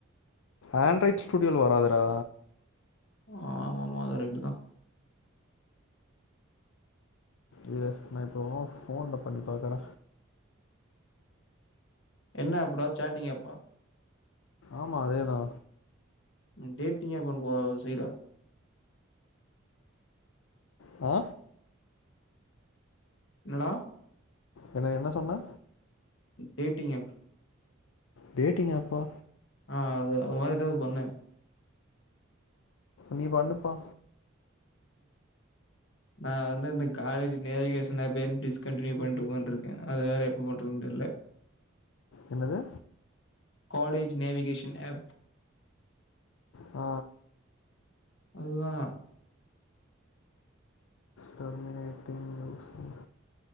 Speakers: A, on the left; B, on the left.
A: ஆண்ட்ராய்ட் ஸ்டுடியோல வராதுறா
B: அ ஆமாமா அது ரைய்ட்டு தா
A: இரு <unintelligible> ஃபோன்ல பண்ணி பாக்குற
B: என்ன ப்ரோ சாட்டிங் எப்பா
A: ஆமா அதே தா
B: நீ டேடிங்கா பண் போவ செய்ற
A: அ
B: இன்னடா
A: என்ன என்ன சொன்ன
B: டேட்டிங் ஆப்
A: டேட்டிங் ஆப்பா
B: அ அது அது மாரி எதாது பண்ணே
A: நீ பண்ணுப்பா
B: நா வந்து அந்த காலேஜ் நேவிகேஷுன் ஆப்பே டிஸ்கண்டினியூ பண்ட்டு உகாந்டுருக்கே அது வேற எப்ப பண்றதுன் தெர்ல
A: என்னது
B: காலேஜ் நேவிகேஷன் ஆப்
A: அ
B: அதுதா
A: டெர்மினேட்டிங் யூசர்.